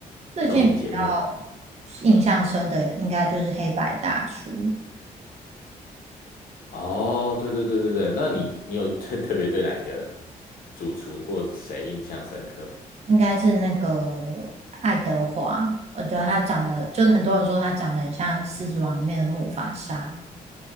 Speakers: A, on the right; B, on the left.
A: 最近比较
B: 综艺节目吗？
A: 印象深的，应该就是《黑白大厨》，
B: 哦，对对对对对，那你你有 <laughs> 特特别对哪个主厨或谁印象深刻吗
A: 应该是那个爱德华，我觉得他长得，就是很多人说他长得很像《狮子王》里面的木法沙。